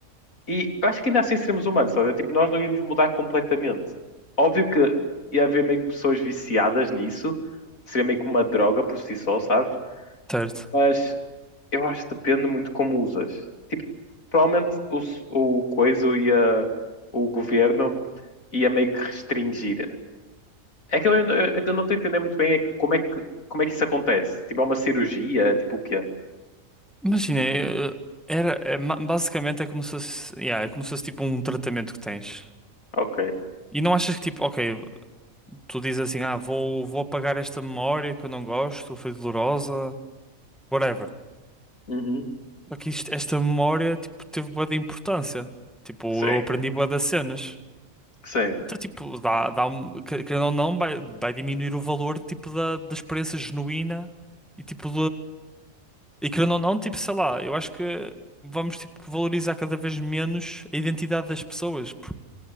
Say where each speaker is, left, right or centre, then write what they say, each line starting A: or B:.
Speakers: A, on the left; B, in the centre.
A: E eu acho que ainda assim seríamos humanos, sabe? Tipo, nós não íamos mudar completamente. Óbvio que ia haver meio que pessoas viciadas nisso, seria meio que uma droga por si só, sabes?
B: certo.
A: Mas eu acho que depende muito como usas. Tipo, provavelmente o, o coisa e o governo ia meio que restringir. É que eu, eu, eu não estou a entender muito bem é como é que como é que isso acontece? Tipo, é uma cirurgia? Tipo, o quê?
B: Imagina, eh, eh, era, é ma- basicamente é como se fosse, yeah, é como se fosse tipo um tratamento que tens.
A: Ok.
B: E não achas que tipo, ok, tu dizes assim, ah, vou, vou apagar esta memória que eu não gosto, foi dolorosa, whatever.
A: Uhum.
B: Só que isto- esta memória, tipo, teve bué de importância. Tipo,
A: Sim,
B: eu aprendi bué das cenas.
A: sim.
B: Então, tipo, dá, dá um, que- querendo ou não, vai, vai diminuir o valor, tipo, da, da experiência genuína e, tipo, E querendo ou não, tipo, sei lá, eu acho que vamos, tipo, valorizar cada vez menos a identidade das pessoas. Por-